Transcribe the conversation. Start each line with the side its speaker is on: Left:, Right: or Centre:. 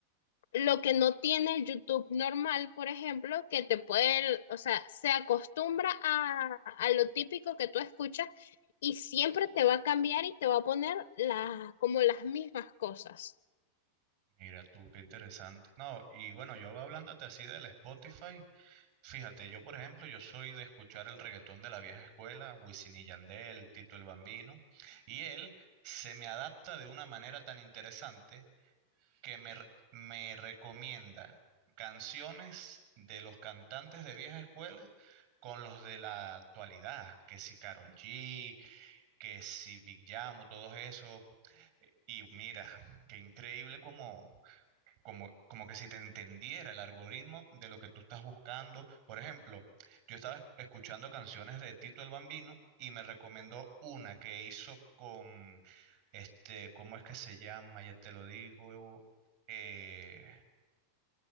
Left: Lo que no tiene el YouTube normal, por ejemplo, que te puede, o sea, se acostumbra a, a lo típico que tú escuchas y siempre te va a cambiar y te va a poner las como las mismas cosas.
Right: Mira tú, qué interesante. No, y bueno, yo hablándote así del Spotify, fíjate, yo por ejemplo, yo soy de escuchar el reggaetón de la vieja escuela, Wisin y Yandel, Tito el Bambino, y él se me adapta de una manera tan interesante que me, re- me recomienda canciones de los cantantes de vieja escuela con los de la actualidad, que si Karol G, que si Big Yamo, todos esos. Y mira, qué increíble como como, como que si te entendiera el algoritmo de lo que tú estás buscando. Por ejemplo, yo estaba esc- escuchando canciones de Tito el Bambino y me recomendó una que hizo con, este, ¿cómo es que se llama? Ya te lo digo, eh,